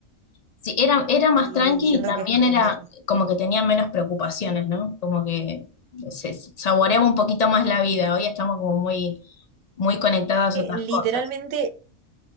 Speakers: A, on the left; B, on the right.
A: Sí, era, era
B: Y
A: más tranqui
B: siento
A: y también
B: que es como
A: era
B: si...
A: como que tenía menos preocupaciones, ¿no? Como que se se saboreaba un poquito más la vida. Hoy estamos como muy, muy conectadas
B: que
A: a otras cosas.
B: literalmente,